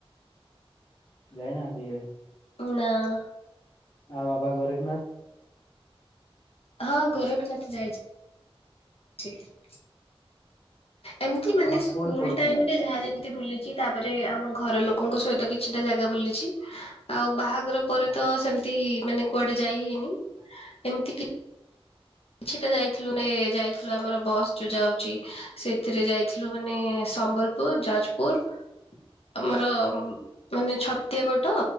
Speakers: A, on the left; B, on the left.
A: ଯାଇନାହାନ୍ତି କେବେ?
B: ନାଁ
A: ହଁ ବାବା ଗୋରେଖନାଥ?
B: ହଁ ଗୋରଖନାଥ ଯାଇଚି। <inaudible> ଏମତି
A: ଆପଣ
B: ମାନେ ସ୍କୁଲ
A: କୋଉଠି ପଢୁଥିଲେ?
B: ଟାଇମରେ ଯାହା ଯେମି ତି ବୁଲିଚି ତାପରେ ଆମ ଘର ଲୋକଙ୍କ ସହିତ କିଛିଟା ଜାଗା ବୁଲିଚି ଆଉ ବାହା ଘରେ ପରେ
A: ହଁ,
B: ତ ସେମିତି ମାନେ କୁଆଡେ ଯାଇ ହେଇନି ଏମିତିକି କିଛିଟା ଯାଇଥିଲୁ ନେ ଯାଇଥିଲୁ ଆମର ବସ୍ ଯୋଉ ଯାଉଚି ସେଥିରେ ଯାଇଥିଲୁ ମାନେ ସମ୍ବଲ ପୁରୀ, ଯାଜପୁର ଆମର ମାନେ ଛ ତିଆବଟ